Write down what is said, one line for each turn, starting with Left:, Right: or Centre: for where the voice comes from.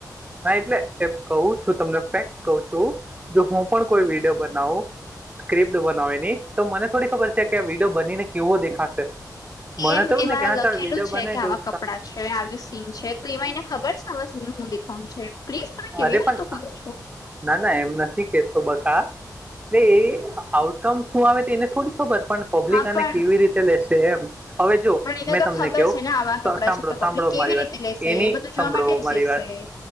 Right: ના એટલે એ કહું છું તમને ફેક્ટ કહું છું જો હું પણ કોઈ વિડીયો બનાવું સ્ક્રિપ્ટ બનાવેની તો મને થોડી ખબર છે કે આ વિડીયો બનીને કેવો દેખાશે? મને
Left: એમ
Right: તો એવું
Left: એમાં
Right: જ ને કે હા
Left: લખેલું
Right: ચાલ વિડીયો
Left: છે
Right: બનાવી
Left: કે આવા
Right: દઉં
Left: કપડા છે આવી સીન છે તો એમાં એને ખબર છે આવા સીન હું દેખવાનું છે. પ્લીઝ તમે કેવી
Right: અરે
Left: વાતો
Right: પણ
Left: કરો છો
Right: ના ના એમ નથી કેતો બકા એટલે એ આઉટકમ શું આવે તે એને થોડી ખબર પણ પબ્લિક
Left: હા
Right: આને
Left: પણ
Right: કેવી રીતે લેશે એમ. હવે જો
Left: પણ એને
Right: મેં
Left: તો
Right: તમને
Left: ખબર
Right: કહો
Left: છે ને આવા કપડાં
Right: સાંભળો
Left: છે તો કપડી
Right: સાંભળો
Left: કેવી
Right: મારી
Left: રીતે
Right: વાત
Left: લેશે
Right: એની
Left: એ બધું જોવા
Right: સાંભળો
Left: માટે જ
Right: મારી
Left: જશે
Right: વાત.